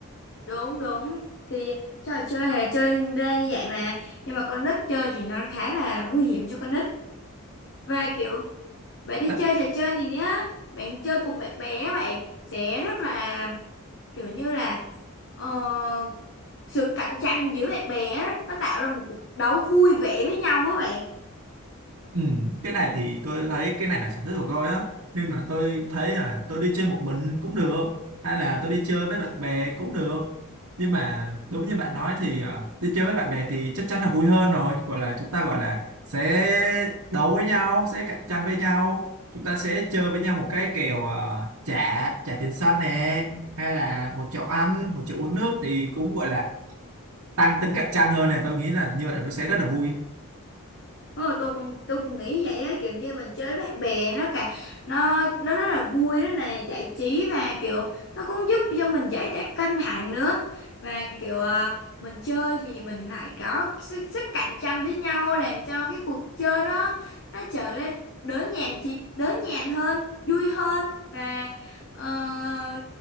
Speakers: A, on the left (about 55°); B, on the right (about 65°).
A: đúng đúng thì trò chơi là chơi ra như vậy mà nhưng mà con nít chơi thì nó khá là nguy hiểm cho con nít Và kiểu bạn đi
B: ừ,
A: chơi trò chơi này nhá, bạn chơi cùng bạn bè á bạn sẽ rất là kiểu như là ờ, sự cạnh tranh giữa bạn bè á, nó tạo ra một cuộc đấu vui vẻ với nhau với bạn.
B: Ừ, cái này thì tôi thấy cái này là sở thích của tôi á nên là tôi thấy là tôi đi chơi một mình cũng được hay là tôi đi chơi với bạn bè cũng được nhưng mà đúng như bạn nói thì à, đi chơi với bạn bè thì chắc chắn là vui hơn rồi gọi là chúng ta gọi là sẽ đấu với nhau sẽ cạnh tranh với nhau chúng ta sẽ chơi với nhau một cái kèo à, trả trả tiền sân nè hay là một chậu ăn một chậu uống nước thì cũng gọi là tăng tính cạnh tranh hơn này tôi nghĩ là như vậy nó sẽ rất là vui
A: Ờ, tôi cũng tôi cũng nghĩ vậy á kiểu như mình chơi với bạn bè nó cả nó nó rất là vui rất là giải trí và kiểu nó cũng giúp cho mình giải tỏa căng thẳng nữa và kiểu à, mình chơi thì mình lại có sức, sức cạnh tranh với nhau làm cho cái cuộc chơi đó nó trở nên đỡ nhàm chị đỡ nhàm hơn vui hơn và ờ,